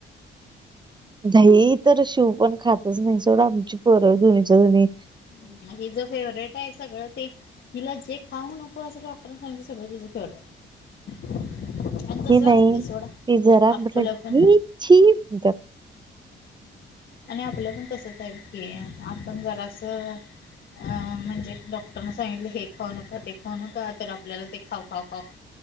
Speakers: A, on the right; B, on the left.
A: दही तर शिव पण खातच नाही सोडा आमची पोर दोनीच्या दोनि.
B: ह हिज फेवरेट आहे सगळं ते.? तिला जे खाऊ नको. असं डॉक्टरानी सांगितल सगळ तिचंफेवरेट आहे. आणि तस
A: हे नाही
B: असते सोडा
A: ती जरा
B: आपलं
A: म्हटलं ही
B: पण
A: छी म्हणत्यात.
B: आणि आपलं पण तसच आहे, की आपण जरासं अं म्हणजे डॉक्टरन सांगितलं हे खाऊ नका, ते खाऊ नका, तर आपल्याला ते खाऊ -खाऊ खा <inaudible>